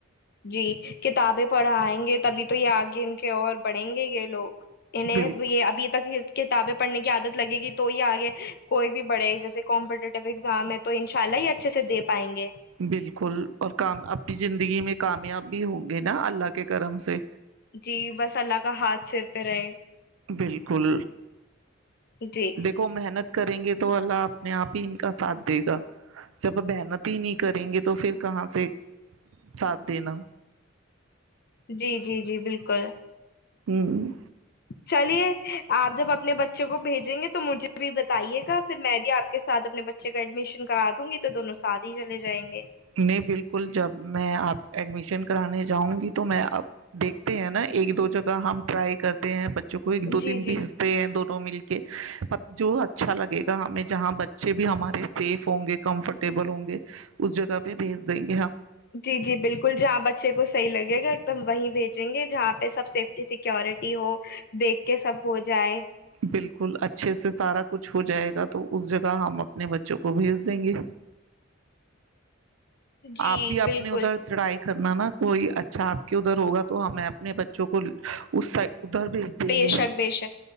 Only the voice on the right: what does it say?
بالکل
بالکل اور کام اپنی زندگی میں کامیاب بھی ہوگے نا اللہ کے کرم سے
بالکل
دیکھو محنت کریں گے تو اللہ اپنے آپ ہی ان کا ساتھ دے گا جب محنت ہی نہیں کریں گے تو پھر کہاں سے ساتھ دینا
ہوں
نہیں بالکل جب میں آپ ایڈمیشن کرانے جاؤں گی تو میں دیکھتے ہیں نا ایک دو جگہ ہم ٹرائی کرتے ہیں بچے جو کو ایک دو
دن پیس
دے دونوں مل کے جو اچھا لگے ہمیں جہاں بچے بھی ہمارے سیف ہوں گے کمفرٹیبل ہوں گے اس جگہہ پہ بھیج دیں گے
بالکل اچھے سے سارا کچھ ہو جائے گا تو اس جگہ ہم اپنے بچوں کو بھیج دیں گے
آپ بھی اپنے
ادھر چڑائی کرنا نا کوئی اچھا ادھر ہوگا تو ہمیں اپنے بچے جو کو اس سائڈ ادھر بھیج دیں
گے